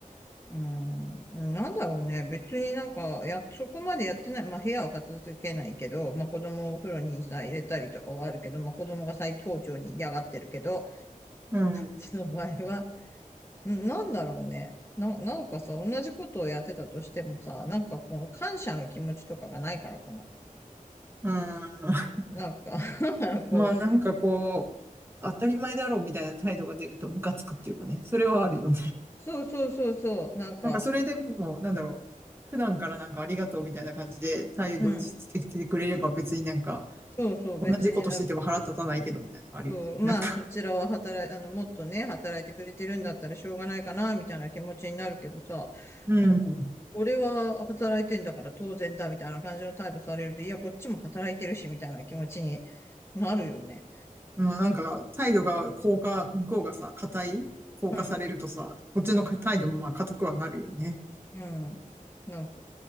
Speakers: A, on the left; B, on the right.
A: うん、なんだろうね。別になんか、や、そこまでやってない。まあ、部屋は片付けないけど、まあ、子供をお風呂にさ、入れたりとかはあるけど、まあ、子供が最高潮に嫌がってるけど、
B: うん。
A: うちの場合は、うんなんだろうね。な、なんかさ、同じことをやってたとしてもさ、なんかこの感謝の気持ちとかがないからかな。
B: うん。<laughs>
A: なんか <laughs> だからこう、
B: まあなんかこう、当たり前だろうみたいな態度が出るとムカつくっていうかね、それはあるよね。
A: そうそうそうそう、なんか、
B: <laughs> なんかそれでも、なんだろう。普段からなんかありがとうみたいな感じで態度してきてくれれば別になんか
A: うん、そうそう、
B: 同じことしてても腹立たないけどみたいなのあるよね。
A: 別になんそう、まあ、
B: なんか、
A: そちらは働い、あの、もっとね、働いてくれてるんだったらしょうがないかな、みたいな気持ちになるけどさ、
B: うん。
A: もう、俺は働いてんだから当然だ、みたいな感じの態度されると、いや、こっちも働いてるし、みたいな気持ちになるよね。
B: まあなんか態度が硬化、向こうがさ、硬い硬化されるとさ、
A: うん、
B: こっちの態度もまあ硬くはなるよね。
A: うん、うん。なんか、